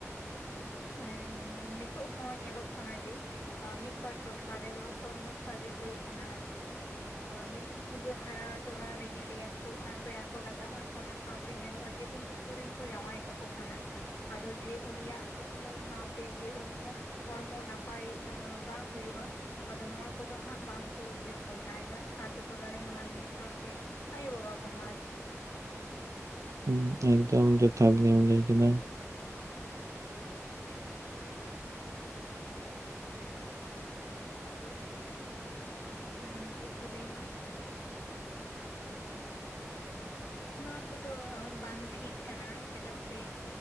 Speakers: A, on the left; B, on the right.
A: ᱦᱮᱸ ᱱᱤᱛᱚᱜ ᱦᱚᱸ ᱧᱮᱞᱚᱜ ᱠᱟᱱᱟ ᱡᱮ ᱚ ᱢᱤᱜ ᱵᱟᱨ ᱴᱚᱴᱷᱟ ᱨᱮᱫᱚ ᱱᱚᱝᱠᱟᱜᱮ ᱦᱩᱭᱩᱜ ᱠᱟᱱᱟ ᱟᱨᱠᱤ᱾ ᱢᱤᱫᱴᱤᱡ ᱠᱩᱲᱤᱹ ᱫᱟᱨᱟᱹ ᱦᱟᱨᱟ ᱛᱚᱨᱟ ᱨᱮᱜᱮ ᱞᱟᱹᱭᱟᱠᱚ ᱯᱮᱲᱟ ᱠᱚ ᱞᱟᱜᱟᱜᱼᱟ ᱚᱱᱟ ᱥᱟᱶᱛᱮ ᱧᱮᱞᱚᱜᱼᱟ ᱡᱮ ᱩᱱ ᱚᱠ ᱛᱚ ᱨᱮᱜᱮ ᱠᱚ ᱡᱟᱶᱟᱭ ᱠᱟᱠᱚ ᱠᱟᱱᱟ ᱟᱫᱚ ᱡᱮ ᱩᱱᱤᱭᱟᱜ ᱠᱩᱠ ᱢᱩ ᱥᱟᱶᱛᱮ ᱡᱮ ᱩᱱᱤᱭᱟᱜ ᱦᱚᱲᱢᱚ ᱱᱟᱯᱟᱭ ᱵᱟᱝ ᱦᱩᱭᱩᱜᱼᱟ᱾ ᱟᱫᱚ ᱱᱚᱣᱟ ᱠᱚᱫᱚ ᱦᱟᱸᱜ ᱵᱟᱝᱠᱚ ᱩᱭᱦᱟᱹᱨ ᱵᱷᱟᱵᱱᱟ ᱭᱮᱫᱟ ᱟᱛᱩ ᱴᱚᱞᱟ ᱨᱮᱱ ᱢᱟᱹᱱᱢᱤ ᱥᱟᱶᱛᱮ, ᱟᱭᱳ ᱵᱟᱵᱟ ᱠᱚᱦᱚᱸ ᱟᱨᱠᱤ,
B: ᱦᱩᱸ ᱮᱠᱫᱚᱢ, ᱡᱚᱛᱷᱟᱛ ᱜᱮᱢ ᱞᱟᱹᱭ ᱠᱮᱫᱟ,
A: ᱦᱩᱸ ᱟᱫᱳ, ᱦᱩᱸ, ᱪᱮᱫ ᱠᱚ ᱞᱟᱹᱭᱟ ᱦᱟᱸᱜ᱾
B: <inaudible>
A: ᱱᱚᱣᱟ ᱠᱚᱫᱚ ᱵᱟᱝ ᱴᱷᱤᱠ ᱠᱟᱱᱟ ᱪᱮᱫᱟᱜ ᱥᱮ